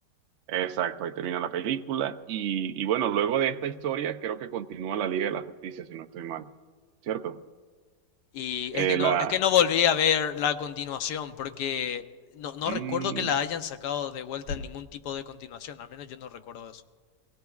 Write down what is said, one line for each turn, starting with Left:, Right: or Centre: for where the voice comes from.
Right: exacto, ahí termina la película. Y, y bueno, luego de esta historia creo que continúa la Liga de la Justicia, si no estoy mal, ¿cierto?
Left: Y
Right: Eh,
Left: es que no,
Right: la,
Left: es que no volví a ver la continuación porque no, no
Right: mm,
Left: recuerdo que la hayan sacado de vuelta en ningún tipo de continuación, al menos yo no recuerdo eso.